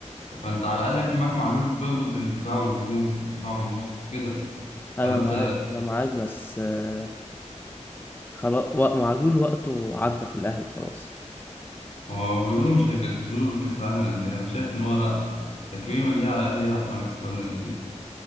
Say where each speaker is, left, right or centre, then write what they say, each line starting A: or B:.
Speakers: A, on the left (about 65°); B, on the left (about 15°).
A: فأنت على الأقل بيبقى معاك معلول بيربط بين الدفاع والهجوم الدفاع والنص كده
B: انا
A: فأنت
B: معاك انا معاك بس آه، خلاص وق- معلول وقته عدى في الاهلي خلاص
A: ما هو بيقولوا مش هيجددوا له كأس العالم للأندية أنا شايف إن هو لأ آه، تكريما ليه على الأقل يلعب مع كأس العالم للأندية